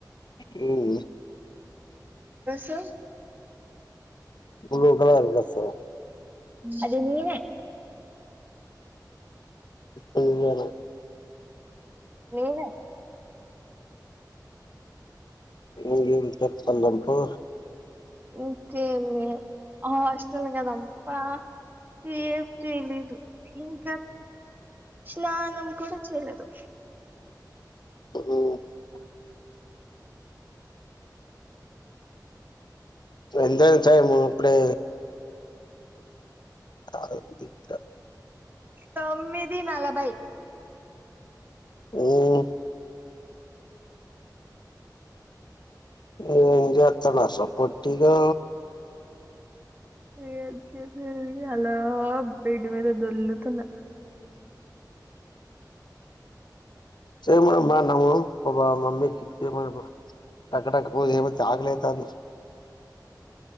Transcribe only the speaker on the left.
హుమ్
ఉ కల ద స
నువ్వేనా
నేను ఏం చెప్పాలబ్బో
హుమ్ ఎంత అయింది టైము ఇప్పుడే కదూ తింటా
హుమ్ ఏం జెత్తనస పొట్టిగా
చేయమను మా అన్నము పోపా మీ మమ్మీకి చేయమనుపో టకటక బు తే పోతే ఆకలైతాంది